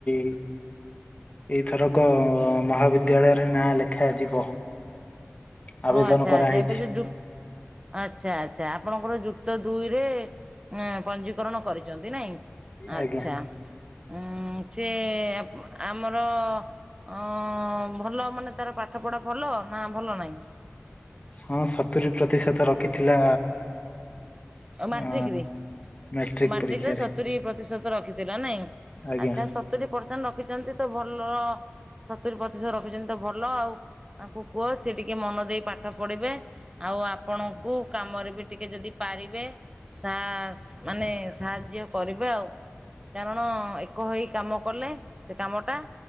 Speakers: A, on the left; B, on the right.
A: ଇ ଏଇଥରକ ମହାବିଦ୍ୟାଳୟରେ ନାଁ ଲେଖାଯିବ। ଆବେଦନ
B: ଓ ଆଚ୍ଛା
A: କରାହେଇଛି
B: ଆଚ୍ଛା ଏବେ ଯୋଉ ଯୁ ଆଚ୍ଛା ଆଚ୍ଛା ଆପଣଙ୍କର ଯୁକ୍ତ ଦୁଇରେ ପଞ୍ଜୀିକରଣ କରିଛନ୍ତି ନାଇଁ। ଆଚ୍ଛା।
A: ଆଜ୍ଞା
B: ଉଁ ସିଏ ଆମର ଅ ଭଲ ମାନେ ତାର ପାଠପଢ଼ା ଭଲ ନା ଭଲ ନାହିଁ?
A: ହଁ ସତୁୁର ପ୍ରତିଶତ ରଖିଥିଲା।
B: ଆଉ ମାଟ୍ରିକରେ?
A: ହଁ ମ୍ୟ ଟ୍ରିକ୍
B: ମାଟ୍ରିକରେ
A: ପରୀକ୍ଷାରେ।
B: ସତୁରି ପ୍ରତିଶତ ରଖିଥିଲା ନାହିଁ।
A: ଆଜ୍ଞା
B: ଆଚ୍ଛା ସତୁରିୀ ପରସେଣ୍ଟେ ରଖିଛନ୍ତି ତ ଭଲ ସତୁରିୀ ପ୍ରତିଶତ ର କେହୁଚନ୍ତି ତ ଭଲ ଆଉ। ତାଙ୍କୁ କୁହ ସିଏ ଟିକେ ମନ ଦେଇ ପାଠ ପଢିବେ ଆଉ ଆପଣଙ୍କୁ କାମରେ ବି ଟିକେ ଯଦି ପାରିବେ ମାନେ ସାହାଯ୍ୟ କରିବେ ଆଉ। କାରଣ ଏକ ହେଇ କାମ କଲେ ସେ କାମଟା।